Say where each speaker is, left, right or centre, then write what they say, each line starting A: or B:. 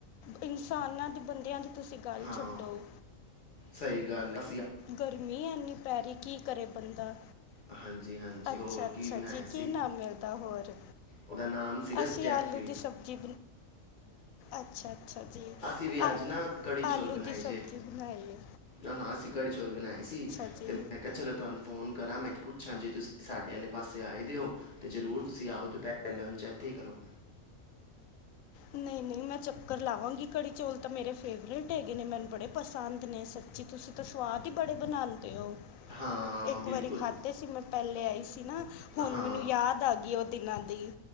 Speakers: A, on the left; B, on the left.
A: ਇਨਸਾਨਾਂ ਤੇ ਬੰਦਿਆਂ ਦੀ ਤੁਸੀਂ ਗੱਲ
B: ਹਾਂ,
A: ਛੱਡੋ
B: ਸਹੀ ਗੱਲ ਏ।
A: ਗਰਮੀ ਇਨੀ ਪੈ ਰਹੀ ਕੀ ਕਰੇ ਬੰਦਾ।
B: <inaudible>
A: ਅੱਛਾ
B: ਹੋਰ
A: -ਅੱਛਾ
B: ਕੀ ਬਣਾਇਆ
A: ਜੀ।
B: ਸੀ
A: ਕੀ ਨਾਮ ਮਿਲਦਾ ਹੋਰ
B: ਉਹਦਾ ਨਾਮ ਸੀਗਾ
A: ਅਸੀਂ
B: ਜੈਫਰੀ
A: ਆਲੂ ਦੀ ਸਬਜ਼ੀ। ਅੱਛਾ- ਅੱਛਾ ਜੀ
B: ਅਸੀਂ ਵੀ ਅੱਜ
A: ਆ
B: ਨਾ ਕੜੀ ਚੌਲ
A: ਆਲੂ
B: ਬਣਾਏ
A: ਦੀ ਸਬਜ਼ੀ
B: ਜੇ
A: ਬਣਾਈਏ।
B: ਹਾਂ, ਅਸੀਂ ਕੜੀ ਚੋਲ ਬਣਾਏ ਸੀ,
A: ਜੀ
B: ਤੇ ਮੈਂ ਕਿਹਾ ਚਲੋ ਤੁਹਾਨੂੰ ਫੋਨ ਕਰ ਮੈਂ ਪੁੱਛਾਂ ਜੇ ਤੁਸੀਂ ਸਾਡੇ ਵਾਲੇ ਪਾਸੇ ਆਏ ਦਿਓ ਤੇ ਜ਼ਰੂਰ ਤੁਸੀਂ ਆਓ, ਦੁਪਹਿਰ ਲੰਚ ਐਥੇ ਈ ਕਰੋ।
A: ਨਹੀਂ -ਨਹੀਂ ਮੈਂ ਚੱਕਰ ਲਾਵਾਂਗੀ ਕੜੀ ਚੌਲ ਤਾਂ ਮੇਰੇ ਫੇਵਰੇਟ ਹੈਗੇ ਨੇ, ਮੈਨੂੰ ਬੜੇ ਪਸੰਦ ਨੇ ਸੱਚੀ ਤੁਸੀਂ ਤਾਂ ਸਵਾਦ ਹੀ ਬੜੇ ਬਣਾਂ ਅਤੇ, ਉਹ
B: ਹਾਂ
A: ਇੱਕ
B: ਬਿਲਕੁਲ
A: ਵਾਰੀ ਖਾਧੇ ਸੀ। ਮੈਂ, ਪਹਿਲੇ ਆਈ ਸੀ। ਨਾ, ਹੁਣ
B: ਹਾਂ
A: ਮੈਨੂੰ ਯਾਦ ਆ ਗਈ ਉਹ ਦਿਨਾਂ ਦੀ।